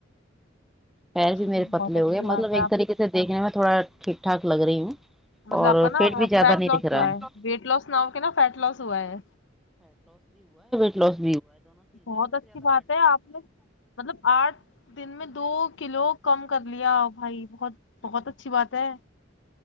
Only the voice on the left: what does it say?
جی
بہت اچھی
بات
ہے
آپ
مطلب
آپ کا نا
فیٹ
لاس
ہوا
ہے ویٹ لاس نہ ہو کے نا فیٹ لاس ہوا ہے
بہت اچھی بات ہے آپ نے مطلب آٹھ دن میں دو کلو کم کر لیا بھائی بہت بہت اچھی بات ہے